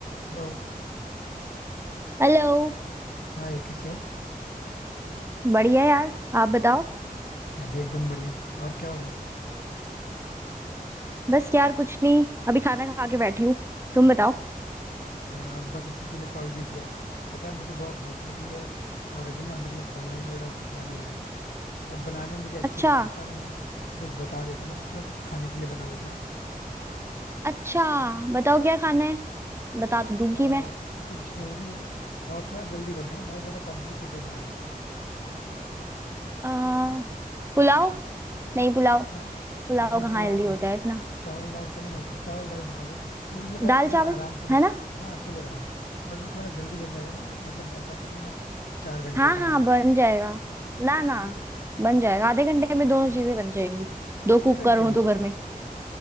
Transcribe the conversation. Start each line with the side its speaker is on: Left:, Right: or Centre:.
Left: हेलो
Right: Hello
Left: हाय कैसे हो
Right: बढ़िया यार आप बताओ
Left: मैं भी एकदम बढ़िया और क्या हो रहा है
Right: बस यार कुछ नहीं अभी खाना खा के बैठी हूँ तुम बताओ
Left: यार बस इसी के लिए कॉल भी किया पता है मुझे बहुत भूख लगी है और अभी ना मतलब ऑनलाइन ऑर्डर कुछ आ नहीं रहा है और बनाने मुझे एक्चुअली
Right: अच्छा
Left: में आता नहीं है तो कुछ बता देता ना जिसमें कुछ खाने के लिए बना लेता
Right: अच्छा बताओ क्या खाना है बता तो दूंगी
Left: आ,
Right: मैं
Left: कुछ हेल्दी हो और थोड़ा जल्दी बन जाए बहुत ज्यादा कॉम्प्लिकेटेड ना हो
Right: आ, पुलाव नहीं पुलाव
Left: हाँ
Right: पुलाव
Left: नहीं
Right: कहाँ
Left: पुलाव
Right: हेल्दी
Left: नहीं
Right: होता है इतना
Left: चावल दाल चलेगा क्या चावल दाल बता दो मतलब मुझे लगा
Right: दाल
Left: अगर
Right: चावल
Left: आराम से बन
Right: है ना
Left: हाँ चलेगा वो बट वो थोड़ा जल्दी बन जाएगा ना वो मतलब ऐसा तो नहीं है ना कि चार घंटे
Right: हाँ
Left: टाइम
Right: हाँ बन जाएगा ना ना
Left: फिर
Right: बन जाएगा आधे घंटे में दोनों चीजें बन जाएंगी दो कुकर
Left: आधे घंटे
Right: हो
Left: में
Right: तो
Left: बस
Right: घर में